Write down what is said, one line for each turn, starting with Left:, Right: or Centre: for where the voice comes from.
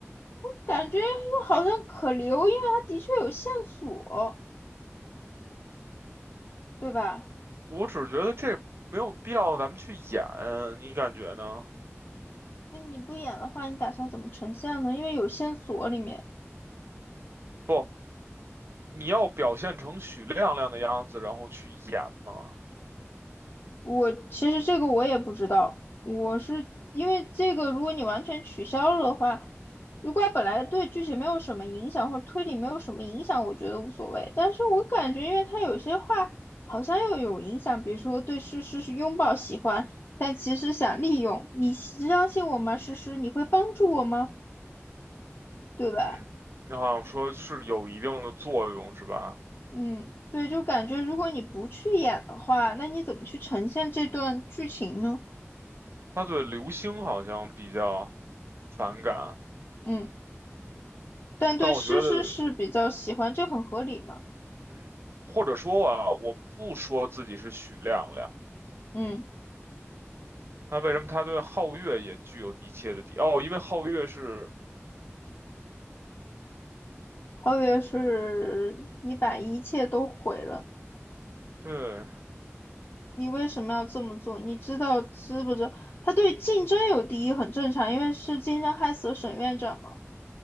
Left: 感觉又好像可留，因为他的确有线索，对吧？
Right: 我只觉得这没有必要咱们去演，你感觉呢？
Left: 那你不演的话，你打算怎么呈现呢？因为有线索里面，
Right: 不。你要表现成许亮亮的样子，然后去演吗？
Left: 我其实这个我也不知道，我是因为这个，如果你完全取消了的话，如果它本来对剧情没有什么影响，或者推理没有什么影响，我觉得无所谓。但是我感觉，因为他有些话好像又有影响，比如说对诗诗是拥抱喜欢，但其实想利用你，相信我吗？诗诗，你会帮助我吗？对吧？
Right: 嗯，你好像说是有一定的作用，是吧？
Left: 嗯，对，就感觉如果你不去演的话，那你怎么去呈现这段剧情呢？
Right: 他对刘星好像比较反感，
Left: 嗯。但对诗诗是比较喜欢，
Right: 但我觉得，
Left: 这很合理嘛。
Right: 嗯，或者说啊，我不说自己是许亮亮，
Left: 嗯，
Right: 那为什么他对皓月也具有一切的敌？哦，因为皓月是，
Left: 皓月是你把一切都毁了，
Right: 对，
Left: 你为什么要这么做？你知道知不知道？他对竞争有敌意很正常，因为是竞争害死了沈院长嘛。